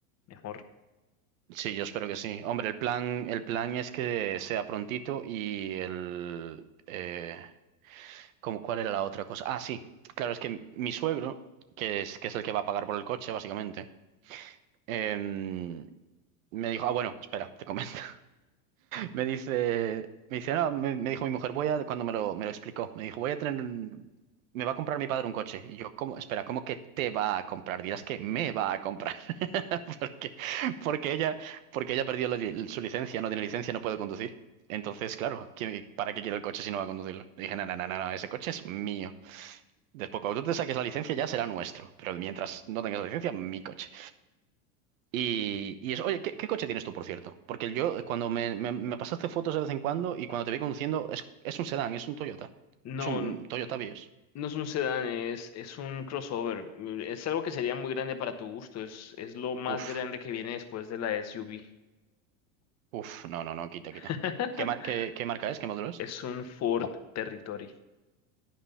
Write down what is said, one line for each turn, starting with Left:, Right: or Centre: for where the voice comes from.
Left: mejor.
Right: Sí, yo espero que sí. Hombre, el plan, el plan es que sea prontito y el. Eh, ¿cómo- cuál era la otra cosa? Ah, sí. Claro, es que mi suegro, que es, que es el que va a pagar por el coche, básicamente, em, me dijo, ah, bueno, espera, te comento. Me dice, me dice, no, me, me dijo mi mujer, voy a, cuando me lo, me lo explicó, me dijo, voy a tener, un- me va a comprar mi padre un coche. Y yo, ¿cómo? Espera, ¿cómo que te va a comprar? Dirás que me va a comprar. <laughs> Porque, porque ella, porque ella perdió la li- su licencia, no tiene licencia, no puede conducir. Entonces, claro, ¿quién- ¿para qué quiero el coche si no va a conducirlo? Le dije, no, no, no, no, no, ese coche es mío. Después, cuando tú te saques la licencia, ya será nuestro. Pero mientras no tengas la licencia, mi coche. Y, y eso, oye, ¿qué, qué coche tienes tú, por cierto? Porque yo, eh, cuando me, me- me pasaste fotos de vez en cuando y cuando te vi conduciendo, es, es un sedán, es un Toyota.
Left: No.
Right: Es un Toyota Vios.
Left: No es un sedán, es, es un crossover. Mm, Es algo que sería muy grande para tu gusto. Es, es lo más
Right: Uf,
Left: grande que viene después de la SUV.
Right: uf, no, no, no, quita,
Left: <laughs>
Right: quita. ¿Qué, mar- qué, qué marca es? ¿Qué modelo es?
Left: Es un Ford Territory.